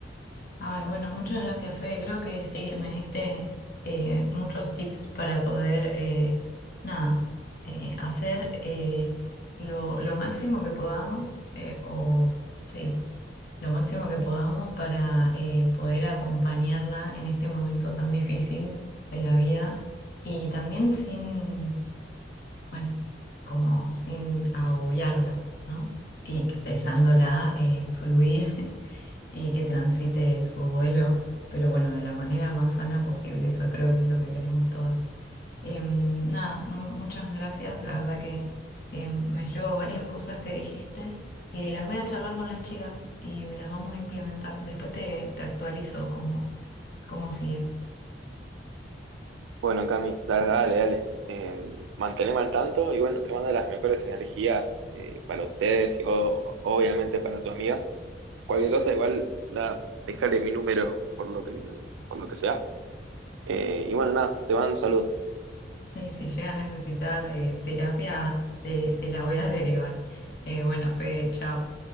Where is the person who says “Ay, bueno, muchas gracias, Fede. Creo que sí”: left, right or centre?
Left